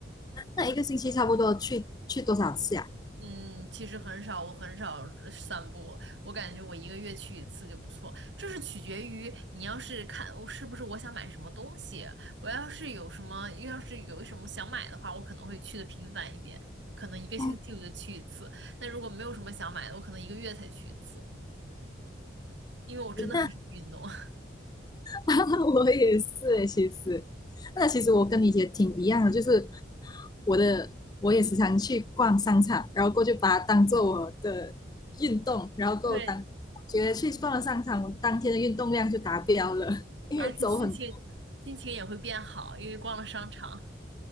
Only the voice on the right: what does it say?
嗯，其实很少，我很少呃散步，我感觉我一个月去一次就不错。这是取决于你要是看我是不是我想买什么东西，我要是有什么，要是有什么想买的话，我可能会去的频繁一点，可能一个星期我就去一次。
但如果没有什么想买的，我可能一个月才去一次，因为我真的很少运动。
<laughs>
对，
而且心情心情也会变好，因为逛了商场。